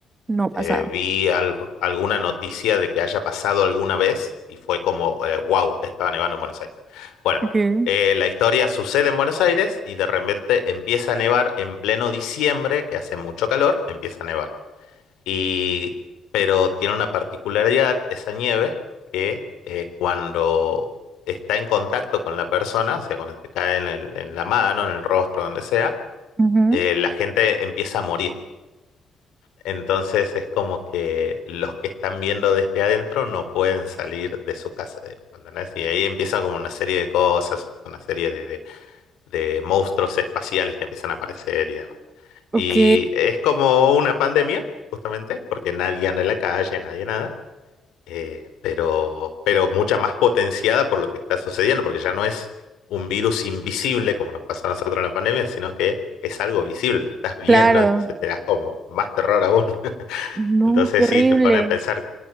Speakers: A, on the right; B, on the left.
A: No ha pasado.
B: eh, vi algo- alguna noticia de que haya pasado alguna vez y fue como, wow, estaba nevando en Buenos Aires. Bueno,
A: Okay.
B: eh, la historia sucede en Buenos Aires y de repente empieza a nevar en pleno diciembre, que hace mucho calor, empieza a nevar. Y, pero tiene una particularidad esa nieve que eh, cuando está en contacto con la persona, o sea, cuando te cae en el- en la mano, en el rostro, donde sea,
A: ujú,
B: eh, la gente empieza a morir. Entonces es como que los que están viendo desde adentro no pueden salir de su casa, digamos, ¿entendés? Y ahí empieza como una serie de cosas, una serie de, de de monstruos espaciales que empiezan a aparecer y demás.
A: Ok,
B: Y es como una pandemia, justamente, porque nadie anda en la calle, nadie nada, eh, pero, pero mucha más potenciada por lo que está sucediendo, porque ya no es un virus invisible como nos pasó a nosotros en la pandemia, sino que es algo visible, lo estás viendo,
A: claro.
B: entonces te das como más terror aún. <laughs>
A: No,
B: Entonces
A: qué horrible.
B: sí, te pone a pensar